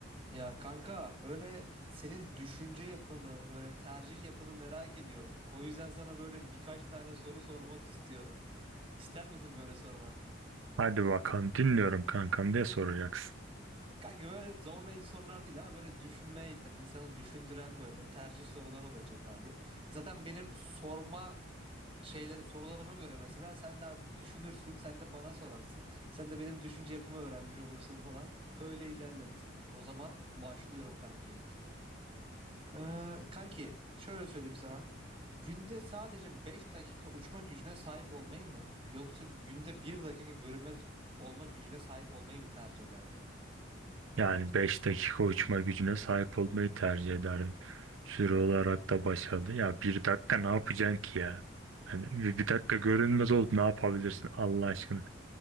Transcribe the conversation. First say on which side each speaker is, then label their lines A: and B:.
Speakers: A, on the right; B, on the right.
A: Ya kanka böyle senin düşünce yapını, böyle tercih yapını merak ediyorum. O yüzden sana böyle birkaç tane soru sormak istiyorum. İster misin böyle sorular?
B: Hadi bakalım dinliyorum kankam diye soracaksın.
A: Kanka böyle zorlayıcı sorular değil ama böyle düşünmeye iten, insanı düşündüren böyle tercih sorular olacak abi. Zaten benim sorma şeyleri sorularıma göre mesela sen de abi bir düşünürsün, sen de bana sorarsın. Sen de benim düşünce yapımı öğrenmiş olursun falan. Öyle ilerleriz. O zaman başlıyorum kanki. Ee, kanki şöyle söyleyeyim sana. Günde sadece 5 dakika uçma gücüne sahip olmayı mı yoksa günde bir dakika görünmez olma gücüne sahip olmayı mı tercih ederdi?
B: Yani 5 dakika uçma gücüne sahip olmayı tercih ederdim. Süre olarak da başarılı. Ya bir dakika ne yapacaksın ki ya? Hani bir, bir dakika görünmez oldu ne yapabilirsin Allah aşkına?